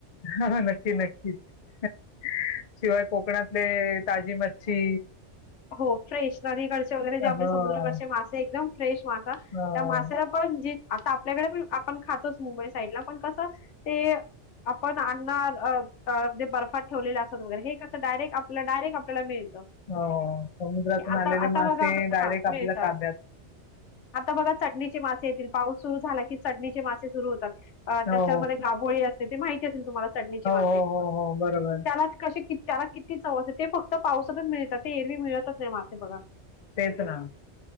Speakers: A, on the left; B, on the left.
A: हा नक्की- नक्कीच. <unintelligible> शिवाय कोकणातले, ताजी म ची
B: हो फ्रेशनरीकडचे वगैरे जे
A: हो,
B: आपले समुद्राकडचे मासे एकदम फ्रेश मासा त्या
A: हो.
B: मासेला पण जी आता आपल्याकडे पण आपण खातोच मुंबई साईडला पण कसं ते आपण अण्णा जे बर्फात ठेवलेले असत वगैरे हे कसं डायरेक्ट आपला डायरेक्ट आपल्याला मिळतं
A: हो हो. समुद्रातून
B: आता
A: आलेले
B: आता
A: मासे
B: बघा
A: डायरेक्ट
B: हा
A: आपल्या
B: मिळतात
A: ताब्यात
B: आता बघा चटणीची मासे पाऊस सुरू झाला की चडणीचे मा र होतात
A: हो
B: त्याच्यामध्ये घाभोळी अस ते माहिती असेल तुम्हाला चढणीचे
A: हो
B: मासे
A: हो हो हो हो. बरोबर
B: त्याला कसे क त्याला किती चवथ आहे ते फक्त पावसातच मिळतात ते एरवी मिळतच नाही मासेे बघा
A: तेचणा